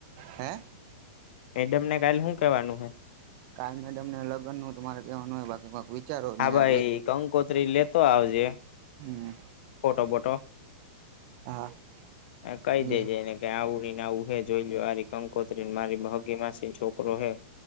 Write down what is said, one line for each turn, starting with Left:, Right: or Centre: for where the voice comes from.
Right: હે
Left: મેડમ ને કાલ હું કેવાનું હે?
Right: કા મેડમને લગન નું તમારે કહેવાનું હોય, બાકી વિચારો
Left: હા
Right: ને
Left: ભાઈ
Right: આ
Left: કંકોત્રી લેતો આવજે
Right: હમ્મ
Left: ફોટો બટો
Right: હા
Left: કહી
Right: હમ
Left: દેજે એને આવું હીને આવું હે જોઈ લ આરી કંકોત્રી ને મારી હગી માસી છોકરો હે